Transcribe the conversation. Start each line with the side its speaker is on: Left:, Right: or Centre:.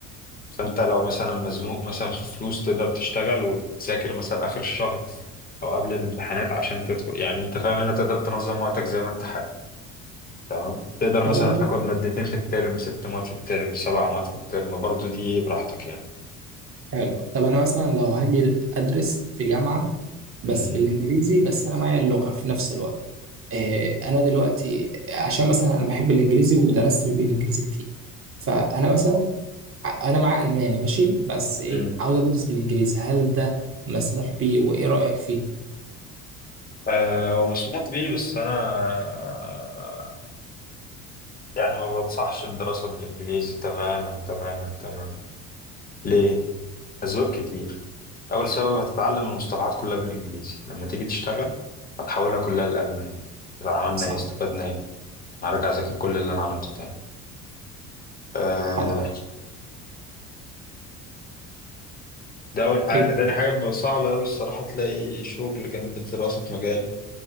Left: فأنت لو مثلا مزنوق مثلا في فلوس تقدر تشتغل وتذاكر مثلا آخر الشهر أو قبل الامتحانات عشان تدخل يعني أنت فاهم هنا تقدر تنظم وقتك زي ما أنت حابب تمام تقدر مثلا
Right: طب أنا بس-
Left: تاخد مادتين في الترم ست مواد في الترم سبع مواد في الترم برضو دي براحتك يعني
Right: حلو طب أنا مثلا لو هاجي أدرس في جامعة بس
Left: مهم.
Right: بالإنجليزي بس أنا معايا اللغة في نفس الوقت آه، أنا دلوقتي عشان مثلا أنا بحب الإنجليزي ودرست بالإنجليزي كتير فأنا مثلا ع- أنا معايا ألماني ماشي بس إيه
Left: مم.
Right: عاوز أدرس بالإنجليزي هل ده مسموح بيه وإيه رأيك فيه؟
Left: آه، هو مشموق بيه بس أنا آه، يعني ما بنصحش الدراسة بالإنجليزي تماما تماما تماما ليه؟ أسباب كتير أول سبب هتتعلم المصطلحات كلها بالإنجليزي لما تيجي تشتغل هتحولها كلها للألماني طب عملنا
Right: صح
Left: إيه؟ استفدنا إيه؟ هرجع أذاكر كل اللي أنا عملته تاني آه
Right: حط-
Left: ده أول حاجة
Right: إيه
Left: تاني حاجة بيبقى صعب أوي الصراحة تلاقي شغل جنب الدراسة في مجال